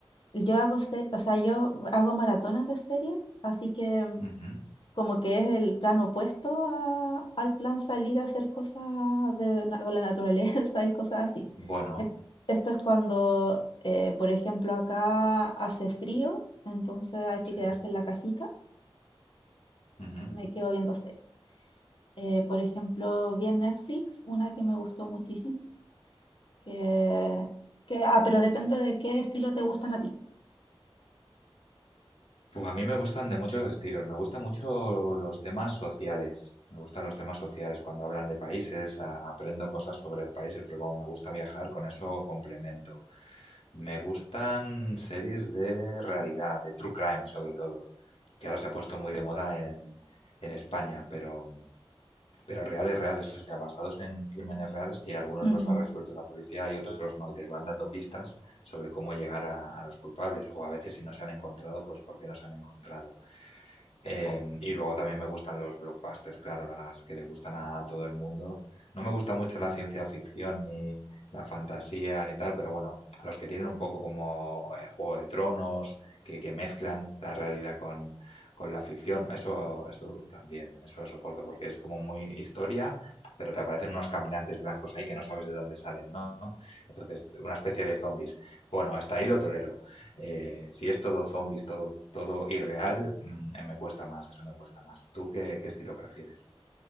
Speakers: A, on the left; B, on the left.
A: yo hago ser, o sea, yo hago maratones de series, así que mm,
B: Ujú.
A: como que es el plan opuesto a- al plan salir a hacer cosas de, na- con la naturaleza <laughs> y cosas así.
B: Bueno,
A: Es- Esto, es cuando, eh, por ejemplo, acá hace frío, entonces hay que
B: sí.
A: quedarse en la casita,
B: Ujú.
A: me quedo viendo series. Eh, por ejemplo, vi en Netflix una que me gustó muchísimo, que, que, ah, pero depende de qué estilo te gustan a ti.
B: Pues a mí me gustan de muchos estilos. Me gustan mucho los temas sociales. Me gustan los temas sociales. Cuando hablan de países, a- aprendo cosas sobre países, porque como me gusta viajar, con eso complemento. Me gustan series de realidad, de true crime sobre todo, que ahora se ha puesto muy de moda en, en España, pero pero reales, reales, o sea, basados en crímenes reales que algunos
A: Ujú,
B: los ha resuelto la policía y otros no, y te van dando pistas sobre cómo llegar a, a los culpables, o a veces si no se han encontrado, pues por qué no se han encontrado. Eh,
A: claro.
B: y luego también me gustan los blockbusters, claro, las que le gustan a todo el mundo. No me gusta mucho la ciencia ficción ni la fantasía ni tal, pero bueno, a los que tienen un poco como eh, Juego de Tronos, que, que mezclan la realidad con, con la ficción, eso, eso también, eso lo soporto, porque es como muy historia, pero te aparecen unos caminantes blancos ahí que no sabes de dónde salen, ¿no? Entonces, una especie de zombies. Bueno, hasta ahí lo tolero. Eh, si es todo zombies, todo, todo irreal, mm, eh, me cuesta más, eso me cuesta más. ¿Tú qué, qué estilo prefieres?